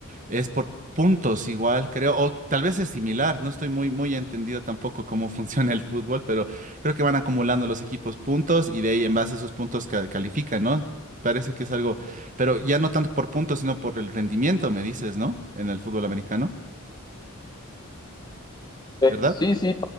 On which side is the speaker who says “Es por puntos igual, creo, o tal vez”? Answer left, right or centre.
Right